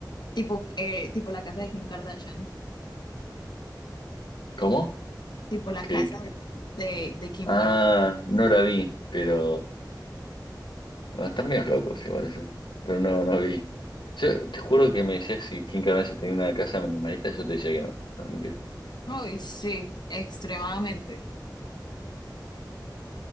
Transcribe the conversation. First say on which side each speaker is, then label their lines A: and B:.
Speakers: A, on the left; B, on the left.
A: tipo, eh, tipo la casa de Kim Kardashian,
B: ¿Cómo?
A: tipo la
B: que
A: casa de, de Kim
B: Ah,
A: Kardashian.
B: no la vi, pero... no, están medios locos igual eso. Pero no, no vi. Yo te juro que me decías si Kim Kardashian tenía una casa minimalista, yo te decía que no. No, mentira.
A: Uy, sí, extremadamente.